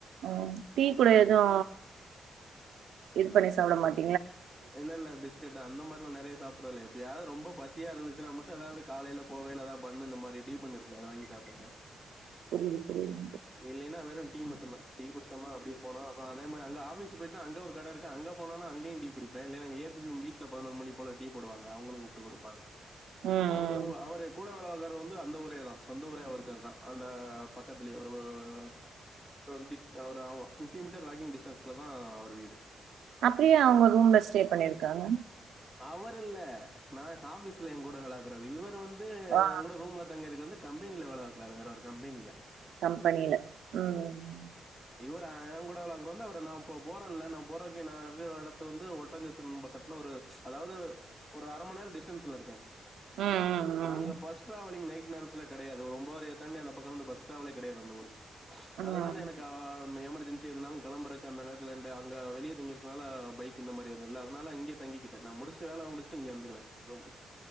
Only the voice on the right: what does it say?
உம் டீ கூட எதுவு இது பண்ணி ச சாப்புட மாட்
புரியிது புரியிது
ம்
ம்
அப்ற ஏ அவுங்க ரூம்ல ஸ்டே பண்ணிருக்காங்க
ஆ
கம்பெனில உம் ம்
ம் ம் ம்
ம்